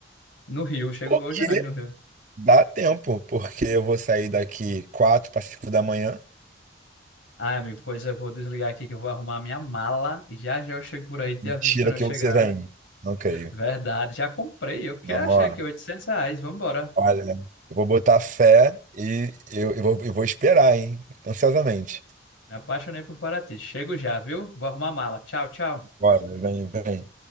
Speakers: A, on the left; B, on the right.
A: No Rio, chego
B: Porque
A: hoje à noite no Rio.
B: dá tempo, porque eu vou sair daqui 4 para 5 da manhã.
A: Ai, amigo, pois eu vou desligar aqui que eu vou arrumar a minha mala e já já eu chego por aí, te
B: Mentira
A: aviso quando eu
B: que
A: chegar.
B: você vem.
A: viu?
B: Não creio.
A: Verdade, já comprei, eu que
B: Não,
A: achei
B: ó,
A: aqui 800 reais, vamos embora.
B: olha, eu vou botar fé e eu, eu vou, eu vou esperar, hein? Ansiosamente.
A: Me apaixonei por Paraty. Chego já, viu? Vou arrumar a mala. Tchau, tchau.
B: Bora, vem, vem.